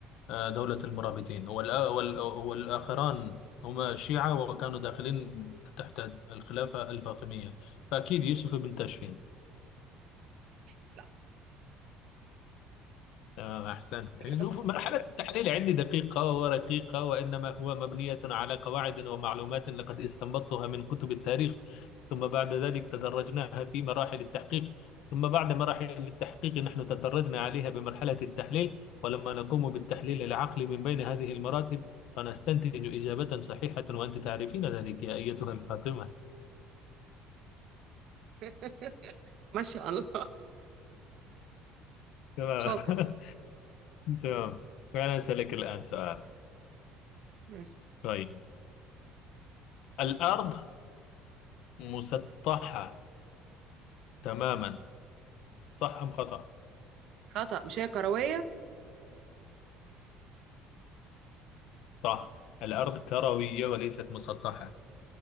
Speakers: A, on the left; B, on the right.
A: آه، دولة المرابطين والآ- وال- والآخران هما شيعة وكانوا داخلين تحت الخلافة الفاطمية فأكيد يوسف بن تاشفين
B: صح
A: آه أحسنت
B: إجابة
A: شوف
B: صحيحة
A: مرحلة التحليل عندي دقيقة ورقيقة وإنما هو مبنية على قواعد ومعلومات لقد استنبطتها من كتب التاريخ ثم بعد ذلك تدرجناها في مراحل التحقيق ثم بعد مراحل التحقيق نحن تدرجنا عليها بمرحلة التحليل ولما نقوم بالتحليل العقلي من بين هذه المراتب فنستنتج إجابة صحيحة وأنت تعرفين ذلك يا أيتها الفاطمة
B: <laughs> ما شاء الله
A: تمام
B: شاطر
A: <laughs> تمام فأنا أسألك الآن سؤال
B: بس
A: طيب الأرض مسطحة تماما صح أم خطأ؟
B: خطأ مش هي كروية
A: صح الأرض كروية وليست مسطحة